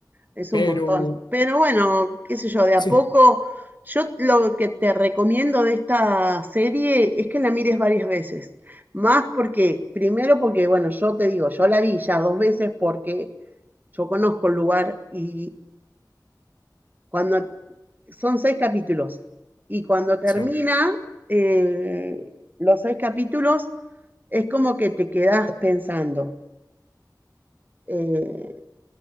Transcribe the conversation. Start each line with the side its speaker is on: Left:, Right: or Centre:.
Right: es
Left: Pero
Right: un montón. Pero bueno, qué sé yo, de a
Left: sí,
Right: poco, yo lo que te recomiendo de esta serie es que la mires varias veces. Más porque, primero porque, bueno, yo te digo, yo la vi ya dos veces porque yo conozco el lugar y cuando son seis capítulos y cuando termina
Left: sí.
Right: eh, los seis capítulos es como que te quedás pensando. Eh,